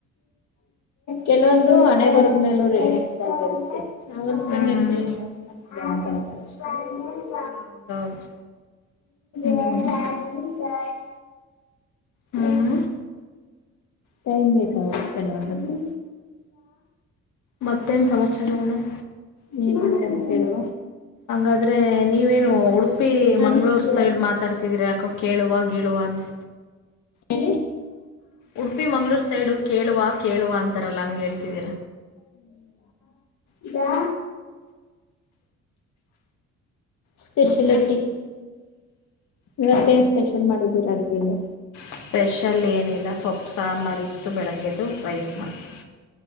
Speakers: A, on the left; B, on the left.
A: ಕೆಲವೊಂದು ಹಣೆ ಬರದ್ಮೇಲೂ ರೆಾಗಿರುತ್ತೆ <unintelligible>
B: ಹ್ಞೂ
A: <unintelligible> <inaudible>
B: ಹ್ಮ. ಹೌದೌದು
A: ಹ ಸ <unintelligible>
B: ಹ್ಮ್
A: ಎ ಟೈಮ್ ಬೇಕಾಗುತ್ತ ಕೆಲ್ಲವಂದಕ್ಕೆ
B: ಮತ್ತೇನ್ ಸಮಾಚಾರ ಮೇಡಮ್
A: ನೀಏನ್ಂತ ಅಂತ ಕುವ
B: ಹಾಗಂಗಾದ್ರೆ ನೀವೇನು ಉಡುಪ ಉಪಿ ಮಂಗ್ಗಳೂರ್
A: ಅನ್ಕ್ಲಿಯರ್
B: ಸೈಡ್ ಮಾತಾಡ್ತಿದೀರಿ ಯಾಕ ಕೇಳುವ ಗೀಳುವ ಅಂತ
A: ಎ
B: ಉಡುಪಿ ಮಂ್ಗಳೂರು ಸೈಡು ಕೇಳುವ ಕೇಳುವ ಅಂತಾರಲ್ಲ ಹಂಗಗೆ ಹೇಳ್ತಿದ್ದೀರ
A: ಇದಾ ಸ್ಪೆಷಾಲಿಟಿ
B: ಮತ್ತೆ
A: ಇವತ್ತೇ ಸ್ಪೆಷಲ್ ಮಾಡಿದ್ದೀರ ಅಡ್ಗೆಗೆ
B: ಸ್ಪೆಷಲ್ ಏನಿಲ್ಲ ಸೊಪ್ಪು ಸಾಂಬಾರ ಇತ್ತು ಬೆಳಗ್ಗೆದುು ರೈಸ್ ಮಾಡ್ತು